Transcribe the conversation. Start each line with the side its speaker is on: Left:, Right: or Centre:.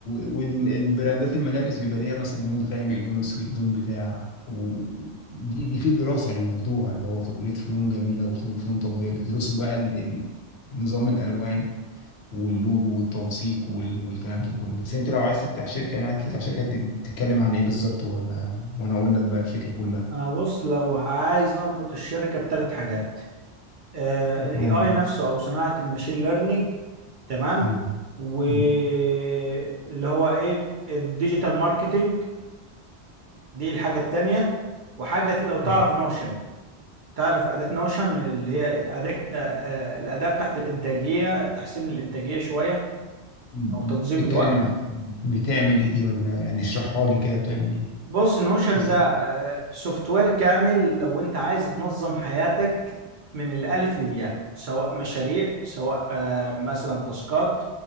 Left: والبراندات الملابس بيبقى ليها مثلا لون غامق لون اسود لون بتاع و- دي دي في دراسة للموضوع اللي هو في كلية فنون جميلة وفنون فنون تطبيقية بيدرسوا بقى ال- ال- نظام الألوان واللوجو والتنسيق وال- والكلام ده كله بس انت لو عايز تفتح شركة انا هتفتح شركة ت- تتكلم عن ايه بالظبط ولا وانا اقول لك بقى الفكرة كلها
Right: انا بص لو عايز اربط الشركه بثلاث حاجات الاي
Left: هم
Right: اي نفسه او صناعه الماشين ليرنينج تمام
Left: هم-
Right: واللي
Left: هم-
Right: هو ايه الديجيتال ماركتينج دي الحاجة التانية وحاجة لو تعرف
Left: هم-
Right: نوشن تعرف أداة نوشن اللي هي أداة آه، آه، الأداة بتاعت الإنتاجية تحسين الإنتاجية شوية
Left: هم-
Right: أو تنظيم
Left: تتكلم
Right: الوقت
Left: عن بتعمل ايه دي ولا يعني اشرحها لي كده بتعمل ايه
Right: بص نوشن
Left: تسلم
Right: ده آه، سوفت وير كامل لو انت عايز تنظم حياتك من الالف للياء سواء مشاريع سواء آه، مثلا تاسكات